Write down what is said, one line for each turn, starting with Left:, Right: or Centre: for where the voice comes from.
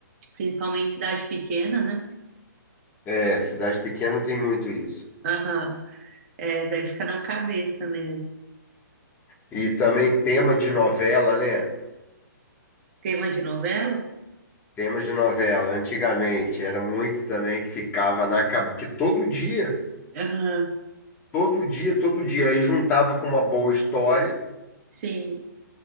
Right: principalmente em cidade pequena, né?
Left: É, cidade pequena tem muito isso.
Right: Aham. É, daí fica na cabeça mesmo.
Left: E também tema de novela, né?
Right: Tema de novela?
Left: Tema de novela, antigamente era muito também que ficava na cabeça, porque todo dia,
Right: Aham.
Left: todo dia, todo dia, aí juntava com uma boa história,
Right: Sim.